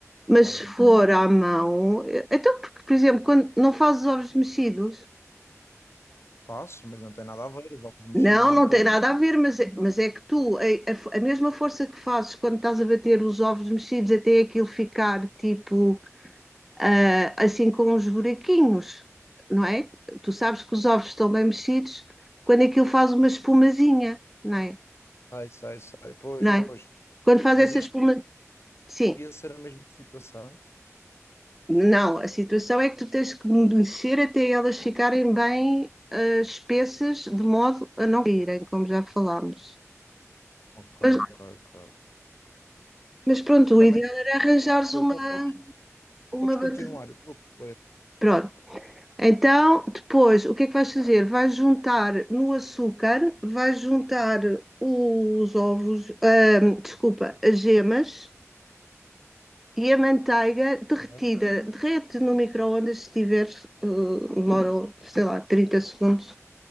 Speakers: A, in the centre; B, on the left.
A: Mas
B: ok.
A: se for
B: ok.
A: à mão. eh, Então, porque, por exemplo, quando não fazes ovos mexidos.
B: Passo, mas não tem nada a ver. Os ovos mexidos
A: Não, não
B: podem.
A: tem nada a ver, mas é, mas é que tu, a, a- a mesma força que fazes quando estás a bater os ovos mexidos até aquilo ficar tipo ah, assim com uns buraquinhos, não é? Tu sabes que os ovos estão bem mexidos quando aquilo faz uma espumazinha, não é?
B: Sai, sai, sai. Pois,
A: Não
B: pois.
A: é? Quando faz
B: Mas
A: essa
B: isto
A: espuma. Sim,
B: ia ser a mesma situação?
A: não, a situação é que tu tens que mexer até elas ficarem bem ah, espessas, de modo a não caírem, como já falámos.
B: Ok, ok,
A: Mas,
B: ok.
A: mas pronto,
B: Também
A: o ideal
B: estou
A: era arranjares
B: estou a perceber.
A: uma.
B: Po- Podes,
A: Uma
B: podes continuar,
A: batata.
B: eu estou a perceber.
A: Pronto. Então, depois, o que é que vais fazer? Vais juntar no açúcar, vais juntar os ovos, ahm, desculpa, as gemas e a manteiga derretida.
B: Não é?
A: Derrete no micro-ondas se tiveres, eh, demora, sei lá, 30 segundos